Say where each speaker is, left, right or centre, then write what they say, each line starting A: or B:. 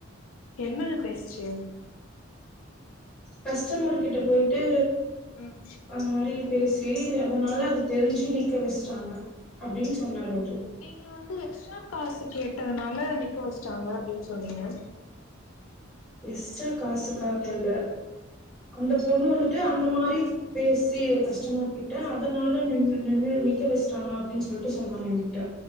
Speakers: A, on the left; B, in the centre.
A: என்னது பேசுச்சு
B: கஷ்டமர் கிட்ட போயிட்டு
A: ம்
B: அது மாரி பேசி அதனால அது தெரிஞ்சு நிக்க வச்ட்டாங்க அப்டின் சொன்னாரு அவுரு
A: நீங்க வந்து எக்ஸ்ட்ரா காசு கேட்டதனால நிக்க வச்ட்டாங்க அப்டின் சொன்னீங்க
B: எஸ்டா காசுக்காக இல்ல அந்த பொண்ணு வந்துட்டு அந்த மாரி பேசி கஷ்டமர் கிட்ட அதனால நின் நின்னு நிக்க வச்டாங்க அப்டின் சொல்ட்டு சொன்னாங்க என்கிட்ட